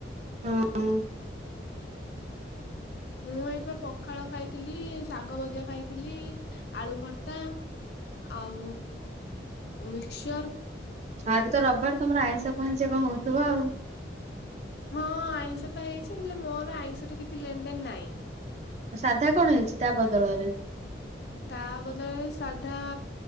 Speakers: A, on the right; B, on the left.
A: ହଁ।
B: ହଁ ମୁଁ ଏବେ ପଖାଳ ଖାଇଥିଲି ଶାଗ ଭଜା ଖାଇଥିଲି। ଆଳୁ ଭର୍ତା ଆଉ ମିକ୍ଚର।
A: ଆଜି ତ ରବିବାର ତମର ଆଇଁଷ ପାଇସ କଣ ହଉଥିବ ଆଉ।
B: ହଁ ଆଇଁଷ ତ ହେଇଛି ହେଲେ ମୋର ଆଇଁଷ ରେ କିଛି ଲେଣ ଦେଣ ନାହିଁ।
A: ସାଧା କଣ ହେଇଛି ତା ବଦଳରେ?
B: ତା ବଦଳରେ ସାଧା